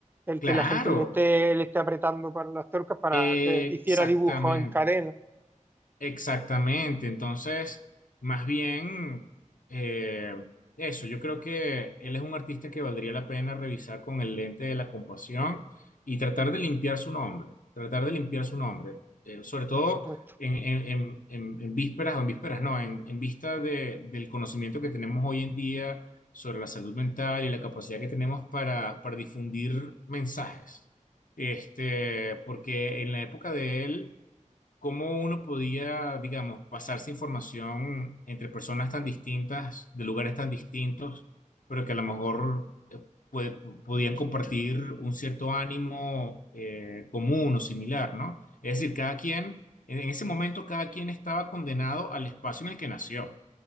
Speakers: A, on the right; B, on the left.
A: El que
B: Claro,
A: la gente le esté, le esté apretando para las tuercas para
B: exactamente.
A: que hiciera dibujos en cadena.
B: Exactamente, entonces, más bien, eh, eso, yo creo que él es un artista que valdría la pena revisar con el lente de la compasión y tratar de limpiar su nombre, tratar de limpiar su nombre, eh, sobre todo
A: Por supuesto.
B: en, en- en- en- en vísperas, o en vísperas no, en, en vista de- del conocimiento que tenemos hoy en día sobre la salud mental y la capacidad que tenemos para, para difundir mensajes. Este, porque en la época de él cómo uno podía, digamos, pasarse información entre personas tan distintas, de lugares tan distintos, pero que a lo mejor eh, puede- podían compartir un cierto ánimo eh, común o similar, ¿no? Es decir, cada quien, en en ese momento, cada quien estaba condenado al espacio en el que nació.